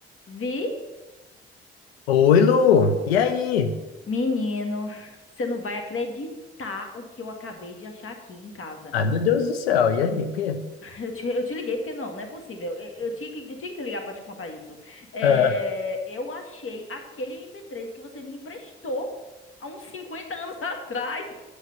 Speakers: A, on the left; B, on the left.
A: Vi?
B: Oi, Lu. E aí?
A: Menino, você não vai acreditar o que eu acabei de achar aqui em casa.
B: Ai, meu Deus do céu. E aí? O quê?
A: Eu te, eu te liguei porque não, não é possível. Eu, eu tinha que, eu tinha que te ligar pra te contar isso. É,
B: Ah,
A: eu achei aquele mp três que você me emprestou há uns cinquenta anos <laughs> atrás.